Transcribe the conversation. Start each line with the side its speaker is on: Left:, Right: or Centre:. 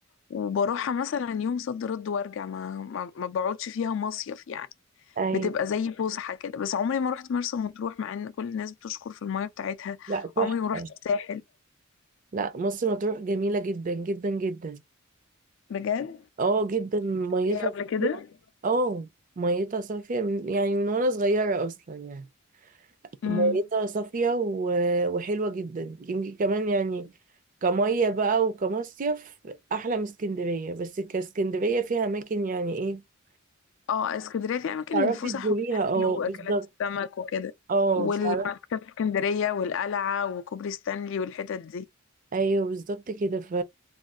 Left: وبروحها مثلا يوم صد رد وأرجع ما... ما... ما بقعدش فيها مصيف يعني
Right: ايوه
Left: بتبقى زي فسحة كده بس عمري ما روحت مرسى مطروح مع إن كل الناس بتشكر في المية بتاعتها
Right: لا تحفه
Left: عمري ما روحت الساحل
Right: لا مصر مطروح جميله جدا جدا جدا
Left: بجد
Right: اه جدا ميتها
Left: إيه قبل
Right: صافيه
Left: كده؟
Right: اه ميتها صافيه من يعني من وانا صغيره اصلا يعني
Left: مم.
Right: ميتها صافية و- وحلوة جدا يمكن كمان يعني كمية بقى وكمصيف أحلى من اسكندرية بس كاسكندرية فيها أماكن يعني إيه
Left: اه اسكندرية فيها أماكن
Right: تعرفي
Left: للفسح
Right: تزوريها
Left: والأكل
Right: اه
Left: وأكلات
Right: بالظبط
Left: السمك وكده
Right: اه
Left: وبعد
Right: تعرفي
Left: كده في اسكندرية والقلعة وكوبري ستانلي والحتت دي
Right: أيوه بالظبط كده ف